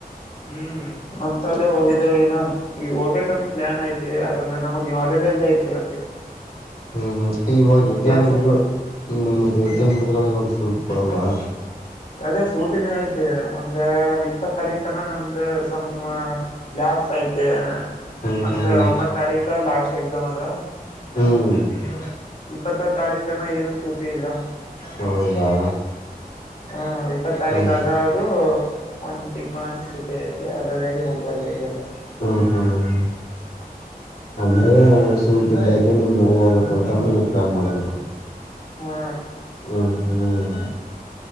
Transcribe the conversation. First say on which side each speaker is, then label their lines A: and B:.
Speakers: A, on the left; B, on the left.
A: ಹ್ಮ್ ಅಂತಲ್ಲೇ ಹೋಗಿದ್ದೇಾವ ಏನು ಈಗ ಹೋಗಬೇಕಂತ ಪ್ಲಾನ್ ಯಐತಿ ಯಾಕಂದ್ರೆ ನಮಗೆ ಹಾಲಿಡೇಸ್ ಐತಿ ಹೇ
B: ಹ್ಮ್ ಹ್ಮ್ ಇವಾಗ ಹೆಜ್ಜೆ
A: ಬ್ಯಾಸ
B: ಮುಗಗಳು ನಿಮ್ಮ್ದ ಹೆಜ್ಜೆ
A: ಹ್ಮ್
B: ಮುಗತಗಳು ಇವಾಗ ದುಡ್ಡು ಕೊಡೋಲ್ವಾ
A: ಅದೇ ಸೂಟಿನ ಐತಿ ಒಂದ್ ಇಪ್ಪತ್ ತಾರೀಕ್ ತನ ನಮ್ದ ಸಮ್ ಲ್ಯಾಬ್ಸ್ ಐತೆ
B: ಹ್ಮ್
A: ಮತ್ತ
B: ಹ್ಮ್
A: ಒಂಬತ್ ತಾರೀಕ ಲಾಸ್ಟ್ ಎಕ್ಸಾಮ್ ಅದ
B: ಹ್ಮ್
A: ಇಪ್ಪತ್ತ ತಾರೀಖ ತನ ಏನು ಸೂಟಿ ಇಲ್ಲ
B: ಹೌದಾ
A: ಹ್ಮ ಇಪ್ಪತ್ ತಾರೀಕ
B: ಹ್ಮ್
A: ಅದ ಅದು ಒಂದ್ ತಿಂಗಳಂಗ ಸುಟಿ ಐತಿ ಅದ್ರದಾಗಿೆ ಹೋಗ್ ಬರ್ಬೇಕು ಎಲ್ಲ
B: ಊ ಉ ಅಂದ್ರೆ ಸೂಟ್ ಇದ್ದಾಗೆ ನಿಮ್ ಹೋಗ್ಬೇಕಂತ ನೀವು ಪ್ಲಾನ್ ಮಾಡಿದರ
A: ಹಾ
B: ಹ್ಮ್ ಹ್ಮ್